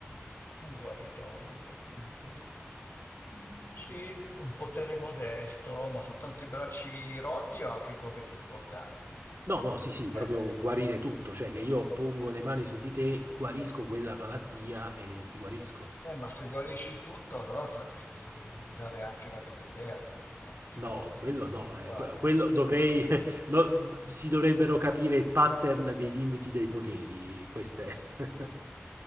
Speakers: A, on the left; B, on the right.
A: Un guaritore, ho capito. Mm, Sì, un potere modesto, ma soltanto i bracci rotti o anche cose più importanti?
B: No, no, sì, sì, proprio
A: Eh.
B: guarire tutto, cioè che io pongo le mani su di te, guarisco quella malattia e ti guarisco.
A: Eh, ma se guarisci tutto, allora sapresti dare anche la vita eterna, eh, se
B: No,
A: vuoi,
B: quello no,
A: ti
B: eh,
A: pare.
B: que- quello dovrei, <laughs> no, si dovrebbero capire il pattern dei limiti dei poteri, queste. <laughs>